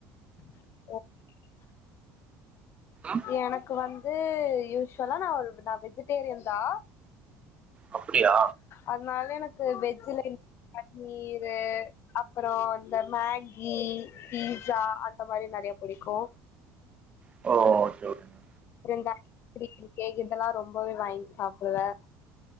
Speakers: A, on the left (about 45°); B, on the right (about 20°).
A: ஓகே
B: ம்?
A: எனக்கு வந்து யூஸ்வலா நா ஒரு நா வெஜிடேரியன் தா
B: அப்படியா
A: அதனால எனக்கு வெஜ்ஜில பண்ணீரு அப்புறம் இந்த மேகி பீஸா அந்த மாதிரி நிறைய புடிக்கும்
B: ஓ ஓகே ஓகே மேம்.
A: அப்புறம் இந்த <unintelligible> இதெல்லாம் ரொம்பவே வாங்கி சாப்பிடுவே